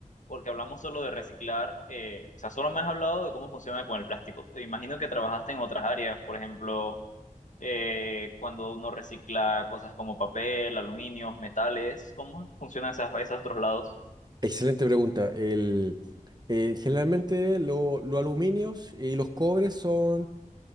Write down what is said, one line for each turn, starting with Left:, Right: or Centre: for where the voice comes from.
Left: Porque hablamos solo de reciclar, eh, o sea, solo me has hablado de cómo funciona con el plástico. Imagino que trabajaste en otras áreas, por ejemplo, eh, cuando uno recicla cosas como papel, aluminio, metales, ¿cómo funcionan esas, esos otros lados?
Right: Excelente pregunta. El, eh, generalmente lo- los aluminios y los cobres son